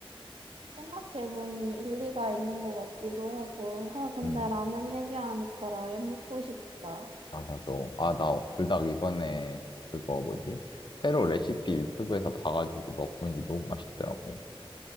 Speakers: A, on the right; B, on the left.
A: 생각해보니 일리가 있는 것 같기도 하고, 아, 근데
B: 음.
A: 라면 얘기하니까 라면 먹고 싶다.
B: 아, 나도. 아, 나 불닭 이번에 그거 뭐지? 새로 레시피 유튜브에서 봐가지고 먹고 있는데 너무 맛있더라고.